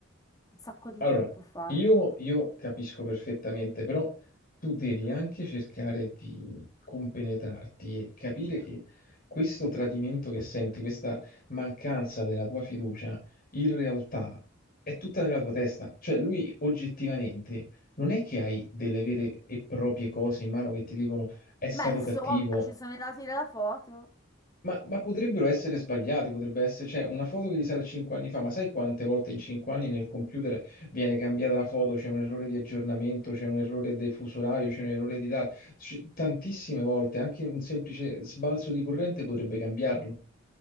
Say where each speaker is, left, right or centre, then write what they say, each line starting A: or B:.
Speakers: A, on the left; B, on the left.
A: un sacco di
B: Allora,
A: tempo fa.
B: io,
A: no?
B: io capisco perfettamente, però tu devi anche cercare di compenetrarti e capire che questo tradimento che senti, questa mancanza della tua fiducia, in realtà è tutta nella tua testa. Cioè, lui oggettivamente non è che hai delle vere e proprie cose in mano che ti dicono è stato
A: Ma insomma,
B: cattivo
A: ci sono i dati della foto.
B: ma, ma potrebbero essere sbagliati, potrebbe essere, cioè, una foto che risale a 5 anni fa, ma sai quante volte in 5 anni nel computer viene cambiata la foto, c'è un errore di aggiornamento, c'è un errore del fuso orario, c'è un errore di data, C- tantissime volte, anche un semplice sbalzo di corrente potrebbe cambiarlo.